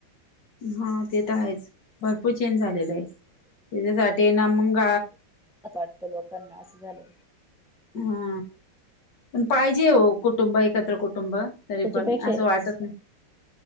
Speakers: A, on the left; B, in the centre.
A: हा ते तर आहेच भरपूर चेंज झालेला आहे त्याच्यासाठी ते ना मग
B: मत वाटतं लोकांना असं झाले
A: हा पण पाहिजे हो कुटुंब एकत्र कुटुंब तरी
B: त्याच्यापेक्षा
A: पण असं वाटत नाही